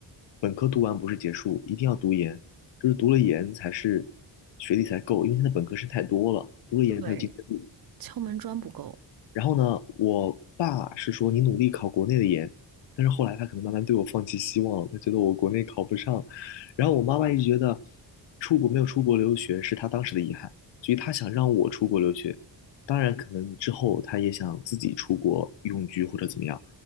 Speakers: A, on the left; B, on the right.
A: 本科读完不是结束，一定要读研，就是读了研才是学历才够，因为现在本科生太多了，读了研才有竞争力。
B: 对，敲门砖不够。
A: 然后呢，我爸是说你努力考国内的研，但是后来他可能慢慢对我放弃希望了，他觉得我国内考不上。然后我妈妈一直觉得出国没有出国留学是她当时的遗憾，所以她想让我出国留学。当然，可能之后她也想自己出国永居或者怎么样，